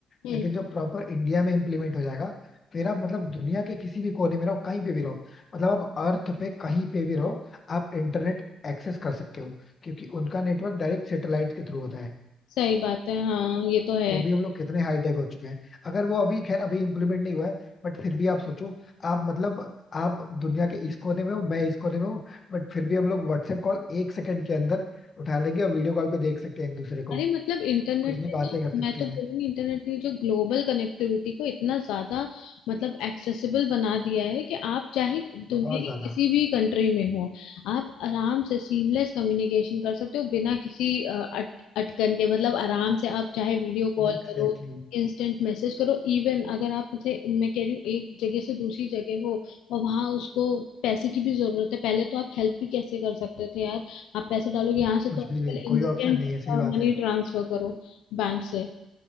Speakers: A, on the left; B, on the left.
A: हम्म
B: लेकिन जो प्रॉपर इंडिया में इम्प्लीमेंट हो जाएगा फिर आप मतलब दुनिया के किसी भी कोने में रहो कहीं पे भी रहो मतलब आप अर्थ पे कहीं पे भी रहो आप इंटरनेट एक्सेस कर सकते हो क्योंकि उनका नेटवर्क डायरेक्ट सैटेलाइट के थ्रू होता है
A: सही बात है हाँ ये तो है
B: तो अभी हम लोग कितने हाईटेक हो चुके हैं अगर वो अभी खैर अभी इम्प्लीमेंट नहीं हुआ है बट फिर भी आप सोचो आप मतलब आप दुनिया के इस कोने में हो मैं इस कोने में हूँ बट फिर भी हम लोग व्हाट्सएप कॉल एक सेकंड के अंदर उठा लेंगे और वीडियो कॉल पे देख सकते हैं एक दूसरे को
A: अरे मतलब इंटरनेट
B: कुछ भी
A: पे
B: बातें
A: तो
B: कर
A: मैं
B: सकते
A: तो
B: हैं
A: बोलूंगी इंटरनेट ने जो ग्लोबल कनेक्टिविटी को इतना ज्यादा मतलब एक्सेसिबल बना दिया है कि आप चाहे दुनिया
B: बहुत
A: की
B: ज्यादा
A: किसी भी कंट्री में हो आप आराम से सीमलेस कम्युनिकेशन कर सकते हो बिना किसी अ, अट, अटकन के मतलब आराम से आप चाहे वीडियो कॉल
B: Exactly
A: करो
B: exactly.
A: इंस्टेंट मैसेज करो इवन अगर आप जैसे मैं कह रही हूँ एक जगह से दूसरी जगह हो और वहां उसको पैसे की भी जरूरत है पहले तो आप हेल्प भी कैसे कर सकते थे यार आप पैसे डालोगे यहाँ से
B: कुछ
A: तो आजकल
B: भी नहीं कोई
A: इंस्टेंट
B: ऑप्शन नहीं है सही
A: मनी
B: बात है
A: ट्रांसफर करो बैंक से